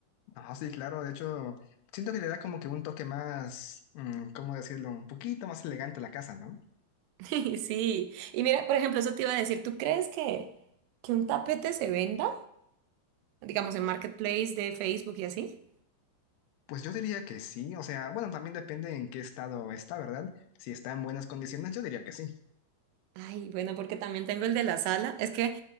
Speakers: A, on the left; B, on the right.
A: Ah, sí, claro, de hecho, siento que le da como que un toque más, mm, ¿cómo decirlo? Un poquito más elegante a la casa, ¿no?
B: <laughs> Sí, y mira, por ejemplo, eso te iba a decir, ¿tú crees que, que un tapete se venda? Digamos, en Marketplace de Facebook y así.
A: Pues yo diría que sí, o sea, bueno, también depende en qué estado está, ¿verdad? Si está en buenas condiciones, yo diría que sí.
B: Ay, bueno, porque también tengo el de la sala. Es que,